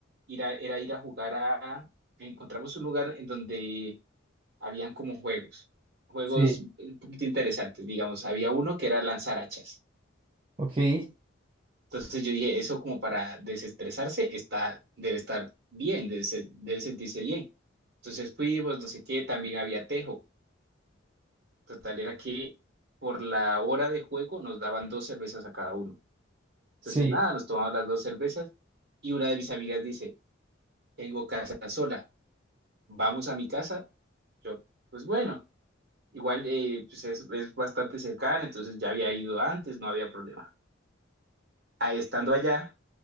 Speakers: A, on the right; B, on the right.
A: ir a- era ir a jugar a... Encontramos un lugar en donde habían como juegos, juegos
B: Sí,
A: un poquito interesantes, digamos. Había uno que era lanzar hachas.
B: ok,
A: Entonces yo dije, eso como para desestresarse está, debe estar bien, debe, se- debe sentirse bien. Entonces fuimos, no sé qué, también había tejo. Total era que por la hora de juego nos daban dos cervezas a cada uno. Entonces
B: sí.
A: nada, nos tomamos las dos cervezas y una de mis amigas dice, tengo casa sola. vamos a mi casa. Yo, pues bueno, igual eh, pues es, es bastante cercana, entonces ya había ido antes, no había problema. Ah, Estando allá,